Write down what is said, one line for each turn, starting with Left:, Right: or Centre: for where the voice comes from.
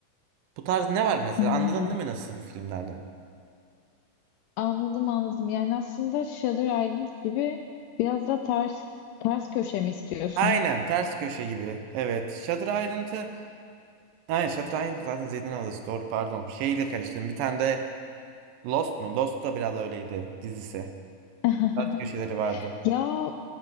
Right: Bu tarz ne var mesela?
Left: Hmm.
Right: Anladın değil mi nasıl bir filmlerden?
Left: Anladım anladım. Yani aslında Shutter Island gibi biraz da ters ters köşe mi istiyorsun?
Right: Aynen ters köşe gibi. Evet. Shutter Island'ı Aynen Shutter Island zaten Zindan Adası doğru pardon. Şeyle karıştırdım. Bir tane de Lost mu? Lost da biraz öyleydi dizisi.
Left: <laughs>
Right: Ters köşeleri vardı.
Left: Ya